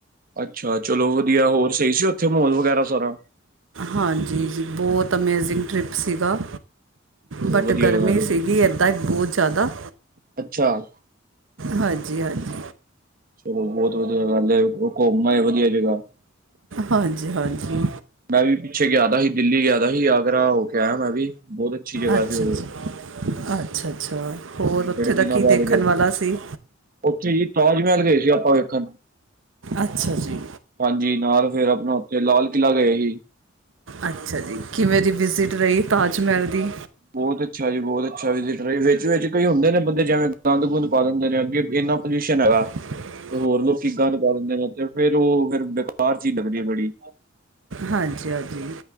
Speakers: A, on the right; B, on the right.
A: ਅੱਛਾ ਚਲੋ ਵਧੀਆ ਹੋਰ ਸਈ ਸੀ ਉੱਥੇ ਮਾਹੌਲ ਵਗੈਰਾ ਸਾਰਾ
B: ਹਾਂਜੀ ਬਹੁਤ ਅਮੇਜਿੰਗ ਟ੍ਰਿਪ ਸੀਗਾ
A: ਚਲੋ
B: ਬਟ
A: ਵਧੀਆ
B: ਗਰਮੀ
A: ਗੱਲ ਏ।
B: ਸੀਗੀ ਐਦਾਂ ਹੀ ਬਹੁਤ ਜ਼ਿਆਦਾ
A: ਅੱਛਾ।
B: ਹਾਂਜੀ ਹਾਂਜੀ
A: ਚਲੋ ਬਹੁਤ ਵਧੀਆ ਗੱਲ ਐ ਘੁੰਮ ਆਏ ਊ ਵਧੀਆ ਜਗ੍ਹਾ
B: ਹਾਂਜੀ ਹਾਂਜੀ
A: ਮੈਂ ਵੀ ਪਿੱਛੇ ਗਿਆ ਦਾ ਦਿੱਲੀ ਗਿਆ ਦਾ ਆਗਰਾ ਹੋ ਕੇ ਆਇਆ ਮੈਂ ਵੀ ਬਹੁਤ ਅੱਛੀ ਜਗ੍ਹਾ
B: ਅੱਛਾ
A: ਸੀ ਉਹ।
B: ਅੱਛਾ ਅੱਛਾ ਅੱਛਾ
A: ਹਾਂਜੀ
B: ਹੋਰ ਉੱਥੇ
A: ਬੜੇ
B: ਦਾ
A: ਦਿਨਾਂ
B: ਕੀ
A: ਬਾਅਦ
B: ਦੇਖਣ
A: ਗਏ
B: ਵਾਲਾ ਸੀ
A: ਉੱਥੇ ਜੀ ਤਾਜ ਮਹਿਲ ਗਏ ਸੀ ਆਪਾਂ ਵੇਖਣ
B: ਅੱਛਾ ਜੀ
A: ਹਾਂਜੀ ਨਾਲ ਫੇਰ ਆਪਣਾ ਉੱਥੇ ਲਾਲ ਕਿਲ੍ਹਾ ਗਏ ਸੀ
B: ਅੱਛਾ ਜੀ ਕਿਵੇਂ ਦੀ ਵਿਜਟ ਰਹੀ ਤਾਜ ਮਹਿਲ ਦੀ
A: ਬਹੁਤ ਅੱਛਾ ਜੀ ਬਹੁਤ ਅੱਛਾ ਜੀ ਵਿੱਚ ਵਿੱਚ ਕਈ ਹੁੰਦੇ ਨੇ ਬੰਦੇ ਜਿਵੇਂ ਗੰਦ ਗੁੰਦ ਪਾ ਦਿੰਦੇ ਨੇ ਅੱਗੇ ਇਹਨਾ ਪੋਲਿਊਸ਼ਨ ਹੈਗਾ
B: ਹ <inaudible>
A: ਤੇ ਹੋਰ ਲੋਕੀ ਗੰਦ ਪਾ ਦੇਂਦੇ ਨੇ ਫ਼ਿਰ ਉਹ ਫੇਰ ਬੇਕਾਰ ਚੀਜ ਲੱਗਦੀ ਹੈ ਬੜੀ
B: ਹਾਂਜੀ ਹਾਂਜੀ